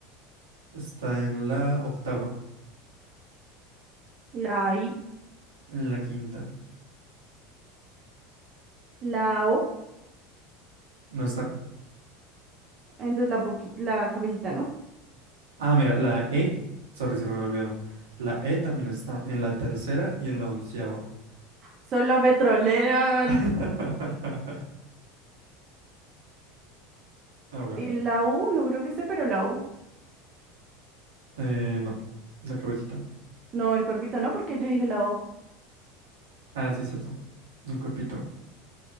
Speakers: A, on the right; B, on the right.
A: Está en la octava.
B: la I,
A: En la quinta.
B: la O.
A: No está.
B: Entonces la, boqui- la cabecita, ¿no?
A: Ah, mira, la E. Sorry, se me había olvidado. La E también está en la tercera y en la onceava.
B: Solo me trolean.
A: <laughs> A ver.
B: Y la U, no creo que sea, pero la U.
A: Eh, no. La cabecita.
B: No, el cuerpito no, porque yo dije la O.
A: Ah, sí, cierto. El cuerpito.